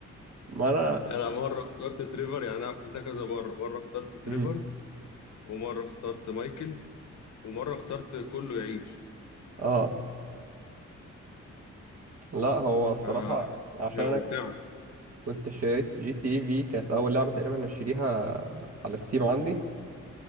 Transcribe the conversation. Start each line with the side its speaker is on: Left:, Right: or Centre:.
Right: ما انا
Left: انا مره اخترت تريفر يعني انا عملت ده كذا مره مره اخترت تريفر
Right: مم.
Left: ومره اخترت مايكل ومره اخترت كله يعيش
Right: اه لا هو الصراحه
Left: فهي
Right: عشان انا
Left: ممتعه
Right: كنت شريت جي تي اي في كانت اول لعبه تقريبا اشتريها على السيم عندي